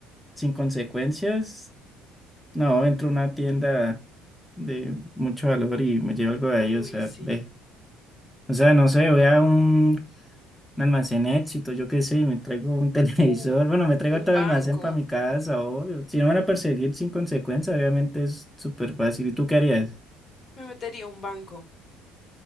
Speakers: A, in the centre; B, on the left.
A: sin consecuencias, no, entro a una tienda de mucho valor y me llevo algo de
B: Uy,
A: ahí, o sea,
B: sí.
A: ve. O sea, no sé, voy a un un almacén éxito, yo qué sé, y me traigo un <laughs> televisor,
B: U-
A: bueno, me traigo
B: un
A: todo
B: banco.
A: el almacén para mi casa, obvio. Si no me van a perseguir sin consecuencia, obviamente es súper fácil. ¿Y tú qué harías?
B: Me metería a un banco